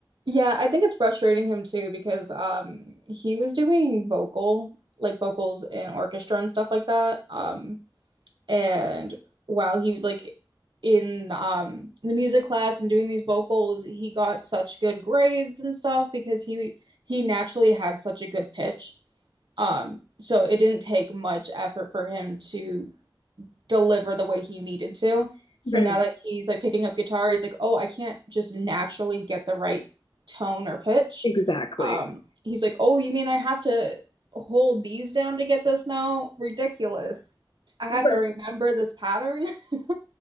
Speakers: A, on the right; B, on the left.
A: yeah, I think it's frustrating him too because um he was doing vocal, like vocals in orchestra and stuff like that. Um and while he was like in um the music class and doing these vocals, he got such good grades and stuff because he he naturally had such a good pitch. Um so it didn't take much effort for him to deliver the way he needed to. So
B: Right.
A: now that he's like picking up guitar, he's like, "Oh, I can't just naturally get the right tone or pitch."
B: Exactly.
A: Um, he's like, "Oh, you mean I have to hold these down to get this Now Ridiculous. I have
B: Right.
A: to remember this pattern." <laughs>